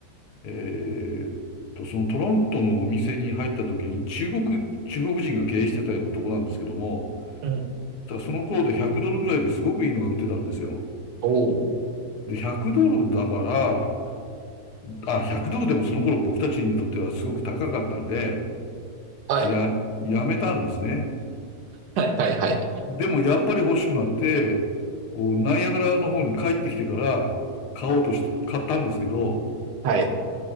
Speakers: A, on the left; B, on the right.
A: えーっと、そのトロントのお店に入った時に中国、中国人が経営してたようなとこなんですけども、
B: うん。
A: ただその頃で100ドルぐらいですごくいいのが売ってたんですよ。
B: おお。
A: で、100ドルだから、あ、100ドルでもその頃僕たちにとってはすごく高かったんで、
B: はい。
A: や、やめたんですね。
B: はいはいはい。
A: でもやっぱり欲しくなって、こう、ナイアガラの方に帰ってきてから買おうとして、買ったんですけど、
B: はい。